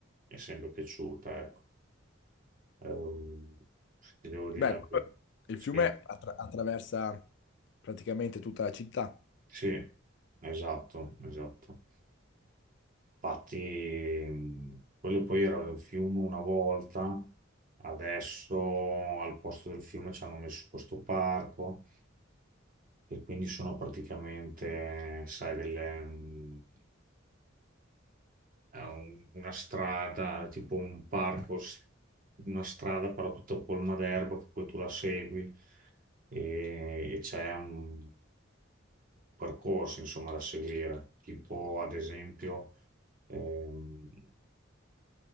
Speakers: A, on the right; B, on the left.
A: è sempre piaciuta, ecco. Ehm, ti devo dire
B: Beh,
A: la
B: quello-
A: verità.
B: il
A: Sì,
B: fiume attra- attraversa praticamente tutta la città.
A: sì, esatto, esatto. Infatti, mh, quello poi era un fiume una volta, adesso al posto del fiume ci hanno messo questo parco e quindi sono praticamente, sai, delle, mh, è un- una strada, tipo un parco, s- una strada però tutta colma d'erba che poi tu la segui e, e c'è un percorso, insomma, da seguire, tipo ad esempio... Ehm,